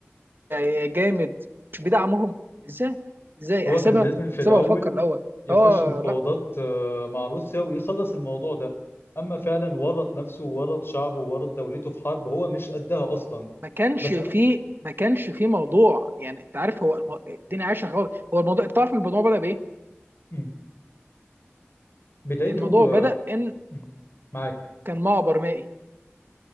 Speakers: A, on the right (about 50°); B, on the left (about 60°).
A: يا جامد مش بيدعمهم ازاي ازاي
B: هو
A: احسبها
B: كان لازم في
A: احسبها
B: الأول
A: وفكر الاول
B: يخش
A: اه
B: مفاوضات
A: لا
B: آه، مع روسيا ويخلص الموضوع ده اما فعلا ورط نفسه وورط شعبه وورط دولته في حرب هو مش قدها اصلا
A: ما كانش
B: بس
A: فيه
B: أنا-
A: ما كانش فيه موضوع يعني انت عارف هو الم... الدنيا عايشه خالص هو الموضوع انت عارف الموضوع بدا بايه
B: مم. بدايته
A: الموضوع بدا
B: آه،
A: ان
B: مم. معاك
A: كان معبر مائي